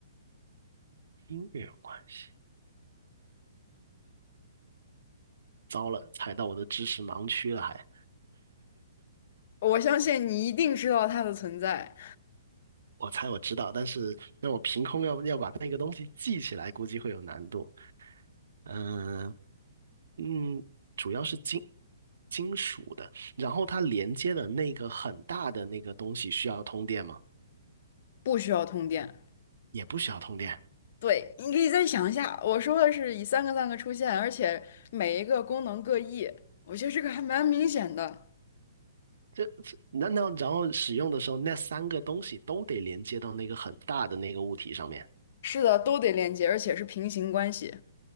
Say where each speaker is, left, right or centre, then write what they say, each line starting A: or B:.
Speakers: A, on the right; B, on the left.
A: 音乐有关系。糟了，踩到我的知识盲区了还。
B: 我相信你一定知道它的存在，
A: 我猜我知道，但是让我凭空要要把那个东西记起来，估计会有难度。嗯、嗯，主要是金金属的，然后它连接的那个很大的那个东西需要通电吗？
B: 不需要通电。
A: 也不需要通电。
B: 对，你可以再想一下，我说的是以三个三个出现，而且每一个功能各异，我觉得这个还蛮明显的。
A: 这这难道然后使用的时候那三个东西都得连接到那个很大的那个物体上面，
B: 是的，都得连接，而且是平行关系。